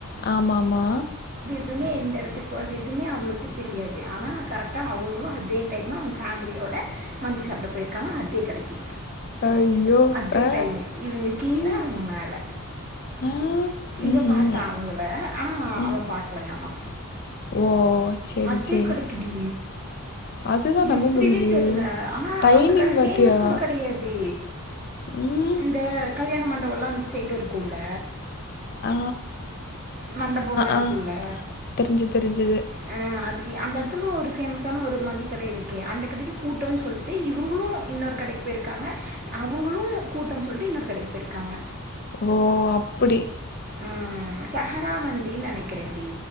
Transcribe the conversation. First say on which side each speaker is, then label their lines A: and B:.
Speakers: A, on the left; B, on the right.
A: ஆமா ஆமா
B: எதுமே எந்த எடத்துக் போரது எதுமே அவ்ங்களுக்கு தெரியாது ஆனா கரெக்ட்டா அவுங்களு அதே டைமு அவ்ங் ஃபேம்லியோ ட மந்தி சாப்ட போயிருக்காங்க அதே கடக்கி
A: ஐயோ
B: அதே
A: ஆ
B: டைமே இவங்க கீழ
A: ம்
B: அவுங்க மேல
A: ஆ
B: இவ
A: ம்ஹூம்
B: பாத்தா அவுங்கள ஆனா
A: ம்
B: அவ பாக்லையாமா
A: ஓ சரி
B: அதே
A: சரி
B: கடக்கி டீ
A: அதுதான் நம்ப
B: எப்டினே
A: முடியலையே
B: தெர்ல ஆனா
A: டைமிங்
B: அந்த கட ஃபேமஸ்
A: பார்த்தியா
B: கூட கடையாது
A: ம்
B: இந்த கல்யாண மண்டவொல்லா அந்த சைட் இருக்குல்ல
A: ஆ
B: மண்டபொல்லா இருக்குல்ல
A: ஆ. தெரிஞ்சு தெரிஞ்சது.
B: அ அதுக் அந்த எடத்துல ஒரு ஃபேமஸான ஒரு மந்திக் கட இருக்கு அந்த கடைல கூட்டோன் சொல்ட்டு இவுங்குளு இன்னொரு கடைக் போயிருக்காங்க அவுங்குளு கூட்டோன் சொல்ட்டு இன்னொரு கடைக்கி போய்ருக்காங்க
A: ஓ அப்டி
B: ஆ சஹரா மந்தின் நெனக்கிறன் டீ